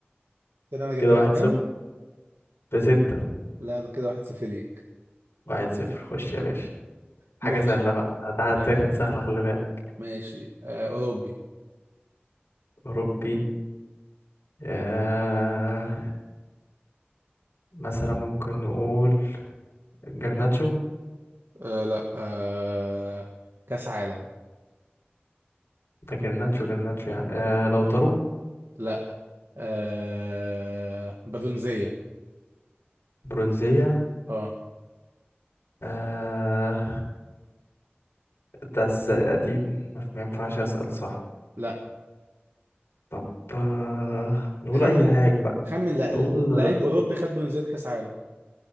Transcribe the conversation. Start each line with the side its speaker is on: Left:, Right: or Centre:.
Right: كده انا جبتها
Left: كده واحد
Right: في كام
Left: صفر بستة
Right: لا ده كده واحد صفر ليك
Left: واحد صفر خش يا باشا حاجة
Right: ماشي
Left: سهلة بقى ده
Right: ماشي
Left: ده كان سهلة خلي بالك
Right: ماشي آه أوروبي
Left: أوروبي آه مثلا ممكن نقول جرناتشو
Right: آه لا آه كأس عالم
Left: ده جرناتشو جرناتشو يعني آه لو طرو
Right: لا آه برونزية
Left: برونزية
Right: اه
Left: آه ده الس- قديم ما ما ينفعش أسأل صح
Right: لا
Left: طب آه نقول
Right: خمن
Left: أي حاجة بقى
Right: خمن لع-
Left: نقول آه،
Right: لعيب أوروبي خد برونزية كأس عالم